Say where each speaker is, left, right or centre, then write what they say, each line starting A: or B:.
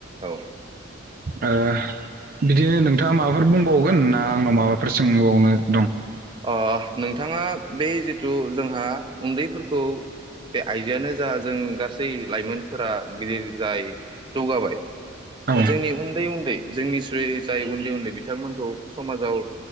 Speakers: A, on the right (about 25°); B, on the right (about 50°).
A: औ।
B: ओ बिदिनो नोंथाङा माबाफोर बुंबावगोन ना आंनाव माबाफोर सोंबावनो दं?
A: ओ नोंथाङा बे जिथु जोंहा उन्दैफोरखौ बे आइजोआानो जा जों गासै लाइमोनफोरा गिदिर जाय जौगाबाय
B: औ
A: जोंनि उन्दै उन्दै जोंनि बै जाय उन्दै उन्दै बिथांमोनखौ समाजाव